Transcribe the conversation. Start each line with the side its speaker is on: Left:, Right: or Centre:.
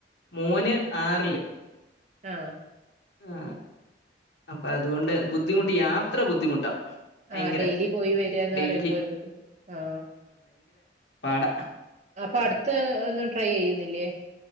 Left: മോൻ ആറില്
Right: ആഹ
Left: ആഹ അപ്പൊ അതുകൊണ്ട് ബുദ്ധിമുട്ട് യാത്ര ബുദ്ധിമുട്ടാ ഭയങ്കര
Right: ആ ഡെയിലി പോയി വരികന്ന്
Left: ഡെയിലി
Right: പറയുമ്പോ ഒരു ഇതാ ആഹ
Left: പാട
Right: അപ്പൊ അടുത്ത് ഒന്നും ട്രൈ ചെയ്യുന്നില്ലേ